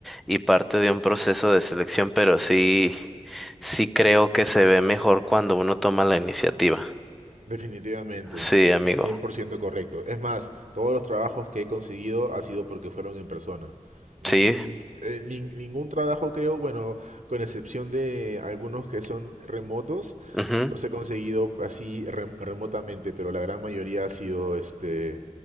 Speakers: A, in the centre; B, on the right.
A: y parte de un proceso de selección, pero sí, sí creo que se ve mejor cuando uno toma la iniciativa.
B: Definitivamente,
A: Sí, amigo.
B: cien por ciento correcto. Es más, todos los trabajos que he conseguido ha sido porque fueron en persona. Nin-
A: Sí.
B: nin- eh, nin- ningún trabajo creo, bueno, con excepción de algunos que son remotos,
A: ujú,
B: los he conseguido así rem- remotamente, pero la gran mayoría ha sido este